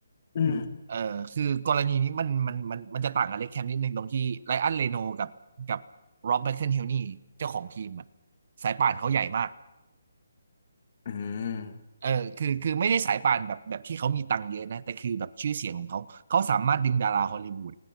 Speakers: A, on the left; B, on the right.
A: อืม
B: เออคือกรณีนี้มันมันมันมันจะต่างกับเล็กแคมนิดนึงตรงที่ไรอันเรโนกับกับโรบแมคเคิลเฮนนี่เจ้าของทีมอะสายป่านเขาใหญ่มาก
A: อืม
B: เออคือคือไม่ได้สายป่านแบบแบบที่เขามีตังค์เยอะนะแต่คือแบบชื่อเสียงของเขาเขาสามารถดึงดาราฮอลลีวูด